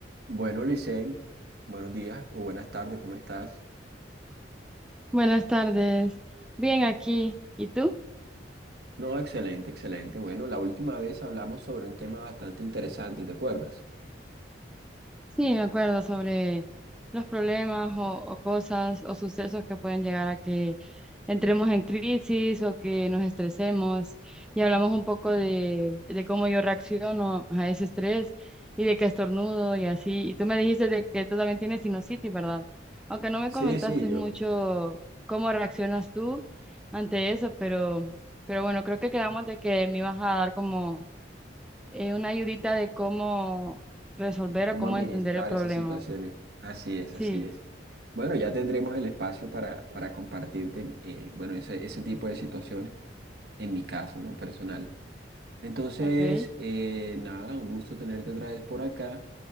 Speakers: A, on the right; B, in the centre.
A: Bueno, Licen, buenos días o buenas tardes, ¿cómo estás?
B: Buenas tardes. Bien aquí. ¿Y tú?
A: No, excelente, excelente. Bueno, la última vez hablamos sobre un tema bastante interesante, ¿te acuerdas?
B: Sí, me acuerdo sobre los problemas o, o cosas o sucesos que pueden llegar a que entremos en crisis o que nos estresemos. Y hablamos un poco de, de cómo yo reacciono a ese estrés y de que estornudo y así. Y tú me dijiste de que tú también tienes sinusitis, ¿verdad? Aunque no me
A: Sí,
B: comentaste
A: sí, yo,
B: mucho cómo reaccionas tú ante eso, pero, pero bueno, creo que quedamos de que me ibas a dar como eh, una ayudita de cómo resolver
A: cómo
B: o cómo
A: administrar
B: entender el problema.
A: esas situaciones. Así es,
B: Sí,
A: así es. Bueno, ya tendremos el espacio para, para compartirte, eh, bueno, ese, ese tipo de situaciones, en mi caso, ¿no? Personal. Entonces,
B: ok,
A: eh, nada, un gusto tenerte otra vez por acá